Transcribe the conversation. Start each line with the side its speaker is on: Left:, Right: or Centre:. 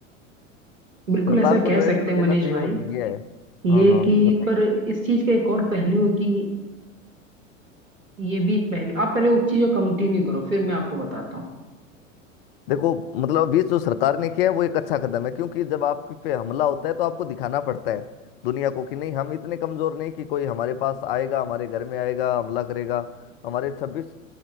Right: बिल्कुल
Left: सरकार
Right: ऐसा
Left: को
Right: कह
Left: जो
Right: सकते
Left: एक्शन
Right: हैं मनीष
Left: लेना चाहिए
Right: भाई
Left: वो लिया है
Right: ये
Left: हाँ हाँ
Right: कि
Left: बताइए
Right: पर इस चीज का एक और पहलू है कि ये भी एक पहलू आप पहले उस चीज को कंटिन्यू करो फिर मैं आपको बताता हूँ
Left: देखो मतलब अभी जो सरकार ने किया है वो एक अच्छा कदम है क्योंकि जब आप पे हमला होता है तो आपको दिखाना पड़ता है दुनिया को कि नहीं हम इतने कमजोर नहीं कि कोई हमारे पास आएगा हमारे घर में आएगा हमला करेगा हमारे छब्बीस